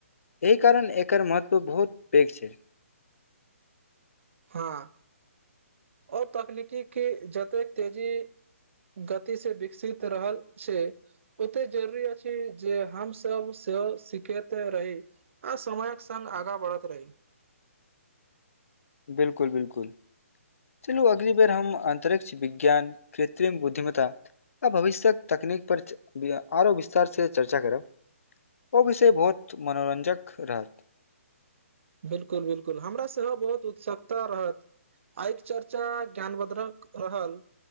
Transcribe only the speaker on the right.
हाँ ओ तकनीकी की जतेक तेजी गति से विकसित रहल छैय ओते जरुरी अछि जे हमस सेहो सिखते रही आ समयक संग आगा बढ़ैत रही
बिलकुल बिलकुल हमराँ सेहो बहुत उत्सुकता रहत आइ के चर्चा ज्ञानबद्रक रहल